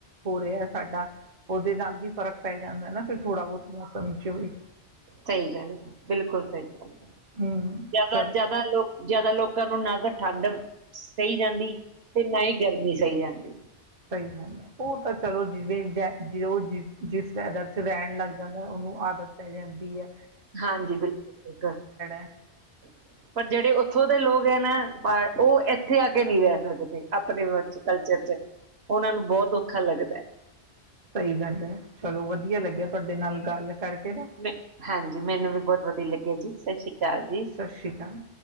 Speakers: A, on the right (about 35°); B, on the right (about 65°).
A: ਹੋ ਰਿਹੈ ਸਾਡਾ ਔਦੇ ਨਾਲ ਵੀ ਫਰਕ ਪੈ ਜਾਂਦੈ ਨਾ ਫ਼ਿਰ ਥੋੜਾ ਬੌਤ ਮੌਸਮ ਚ ਵੀ।
B: ਸਹੀ ਗੱਲ ਹੈ ਬਿਲਕੁਲ ਸਹੀ ਗੱਲ ਹੈ
A: ਹੂੰ
B: ਜੈਦਾ
A: ਚਲ
B: ਜੈਦਾ ਲੋਕ ਜੈਦਾ ਲੋਕਾਂ ਨੂੰ ਨਾ ਗਰ ਠੰਡ ਸਹੀ ਜਾਂਦੀ ਤੇ ਨਾ ਹੀ ਗਰਮੀ ਸਹੀ ਜਾਂਦੀ।
A: ਸਹੀ ਗਲ ਹੈ, ਔ ਤਾਂ ਚਲੋ ਜਿਵੇਂ ਜ ਜੋ ਜਿਸ ਵੈਦਰ ਚ ਰੈਣ ਲੱਗ ਜਾਂਦੈ ਔਨੂੰ ਆਦਤ ਪੈ ਜਾਂਦੀ ਐ।
B: ਹਾਂਜੀ, ਬਿਲਕੁਲ ਠੀਕ।
A: ਹੈ।
B: ਪਰ ਜੇੜੇ ਓਥੋਂ ਦੇ ਲੋਗ ਹੈ ਨਾ ਓਹ ਐ ਐਥੇ ਆ ਕੇ ਨ੍ਹੀਂ ਰੈ ਸਕਦੇ ਅਤਦੇ ਵਰਚ ਕਲਚਰ ਚ। ਔਨਾਂ ਨੂੰ ਬੌਤ ਔਖਾ ਲੱਗਦੈ।
A: ਸਹੀ ਗੱਲ ਹੈ, ਚਲੋ ਵਧੀਆ ਲੱਗਿਆ ਤੁਹਾਡੇ ਨਾਲ ਗੱਲ ਕਰਕੇ। ਨਾ
B: ਮੈਨ ਹਾਂਜੀ, ਮੈਨੂੰ ਵੀ ਬੌਤ ਵਧੀਆ ਲੱਗਿਆ ਜੀ। ਸਤ ਸ੍ਰੀ ਅਕਾਲ ਜੀ।
A: ਸਤ ਸ਼੍ਰੀ ਕਾਲ।